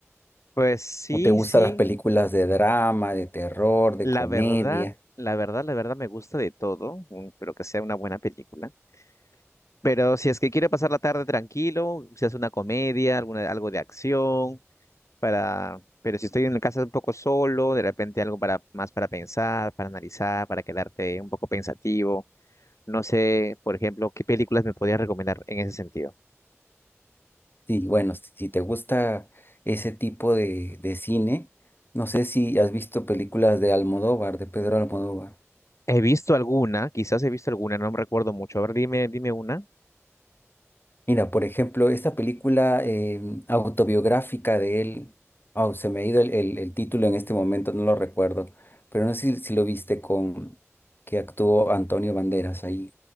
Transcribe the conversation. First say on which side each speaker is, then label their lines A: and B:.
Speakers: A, on the left (about 80°); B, on the left (about 45°).
A: Pues sí,
B: o te gustan
A: sí.
B: las películas de drama, de terror, de
A: La
B: comedia.
A: verdad, la verdad, la verdad me gusta de todo, mm, pero que sea una buena película. Pero si es que quiero pasar la tarde tranquilo, si es una comedia, alguna, algo de acción, para... Pero si estoy en la casa un poco solo, de repente algo para, más para pensar, para analizar, para quedarte un poco pensativo. No sé, por ejemplo, qué películas me podías recomendar en ese sentido.
B: Sí, bueno, si, si te gusta ese tipo de, de cine, no sé si has visto películas de Almodóvar, de Pedro Almodóvar.
A: He visto alguna, quizás he visto alguna, no me recuerdo mucho. A ver, dime, dime una.
B: Mira, por ejemplo, esta película em, autobiográfica de él, oh, se me ha ido el, el- el título en este momento, no lo recuerdo, pero no sé si, si lo viste con que actuó Antonio Banderas ahí.